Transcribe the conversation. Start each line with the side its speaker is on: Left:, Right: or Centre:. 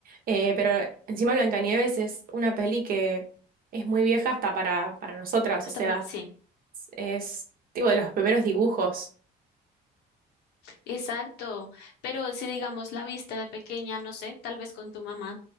Right: Eh, pero encima Blancanieves es una peli que es muy vieja hasta para, para nosotras,
Left: Hasta,
Right: o sea,
Left: pare- sí,
Right: es, es, tipo de los primeros dibujos.
Left: exacto. Pero si digamos la viste de pequeña, no sé, tal vez con tu mamá,